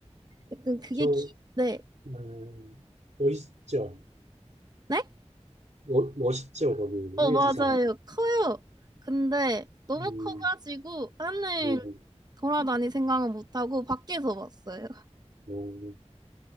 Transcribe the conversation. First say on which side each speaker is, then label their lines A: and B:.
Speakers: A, on the right (about 35°); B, on the right (about 80°).
A: 약간 그게
B: 저,
A: 기... 네.
B: 음, 멋있죠?
A: 네?
B: 멋, 멋있죠, 거기, 홍지성.
A: 어, 맞아요. 커요. 근데 너무
B: 음,
A: 커가지고 안을
B: 뭐,
A: 돌아다닐 생각은 못하고 밖에서 봤어요.
B: 뭐,